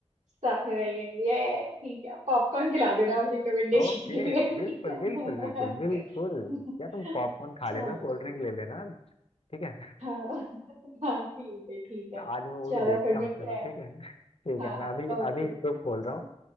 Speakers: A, on the right; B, on the left.
A: साथ में रहिए ये ठीक है पॉपकॉर्न खिला देना रिकमेंडेशन
B: ओके
A: के लिए ठीक
B: बिल्कुल
A: है
B: बिल्कुल
A: <laughs>
B: बिल्कुल बिल्कुल यार तुम पॉपकॉर्न खा
A: चलो
B: लेना
A: चलो
B: कोल्ड ड्रिंक ले लेना ठीक है
A: हाँ हाँ ठीक है ठीक
B: <laughs>
A: है
B: आज मैं मूवी
A: चलो
B: देखता
A: फिर मिलते
B: हूँ चलो
A: हैं
B: ठीक है ठीक
A: हाँ
B: है मैं अभी
A: ओके
B: अभी यूट्यूब
A: चलो
B: खोल रहा हूँ